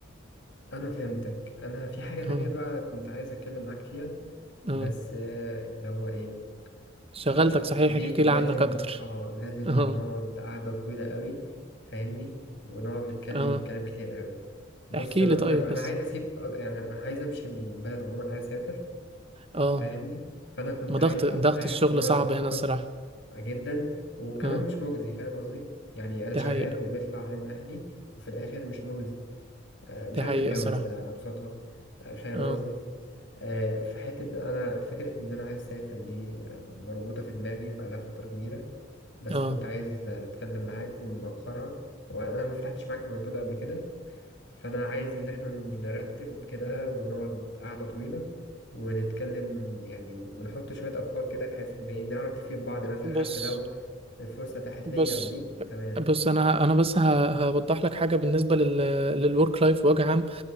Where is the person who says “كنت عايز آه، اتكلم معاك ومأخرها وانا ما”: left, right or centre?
Left